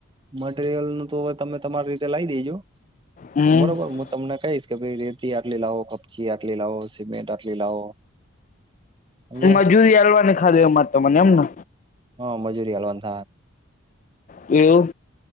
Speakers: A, on the right (about 25°); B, on the left (about 35°).
A: મટીરિયલ નું તો હવે તમે તમારી રીતે લાઈ દેજો.
B: હમ
A: બરોબર હું તમને કહીશ. કે ભાઈ રેતી આટલી લાવો કપચી આટલી લાવો સિમેન્ટ આટલી લાવો. સમજ્યા
B: મજૂરી આલવાને ખાલી અમારે તમને એમને
A: હા મજૂરી અલવાંત
B: એવું